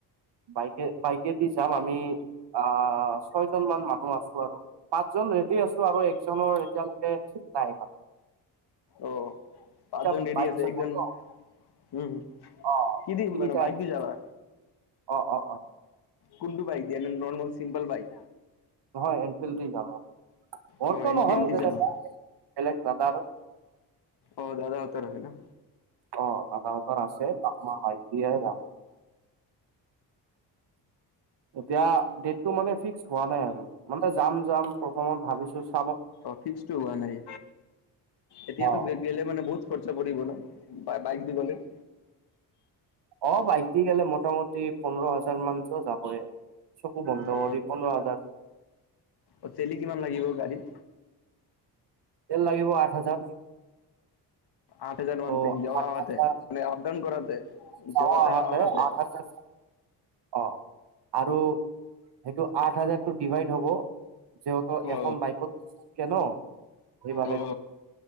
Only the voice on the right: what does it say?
বাইকে বাইকেদি যাম আমি আ, ছয় জন মান মানুহ আছো আৰু। পাঁচজন ৰেডি আছোঁ আৰু একজনৰ এতিয়ালৈকে ঠিক নাই মানে।
ত'
বাইক
<unintelligible>
অ',
তিনিটা
<unintelligible>
অ', অ', অ'।
নহয় এনফিল দি যাম মোৰটো। মোৰটো
নহয়
<unintelligible>
বেলেগ দাদাৰ।
অ', দাদাহঁতৰ আছে <unintelligible> দিয়ে যাম।
এতিয়া দেতটো মানে ফিক্স হোৱা নাই আৰু মানে যাম যাম প্ৰথমত ভাবি <unintelligible>
অ
অ', বাইক দি গেলে মোটামুটি পোন্ধৰ হাজাৰ মানটো যাবই। চকু বন্ধ
কৰি পোন্ধৰ হাজাৰ
তেল লাগিব আঠ হাজাৰ।
ত
আঠ
হাজাৰ
যাৱা
আহাতে
আঠ হাজাৰ অ', আৰু সেইটো আঠ হাজাৰটো ডিভাইড হ'ব। যিহতু
এখন বাইকত থাকে ন সেইবাবে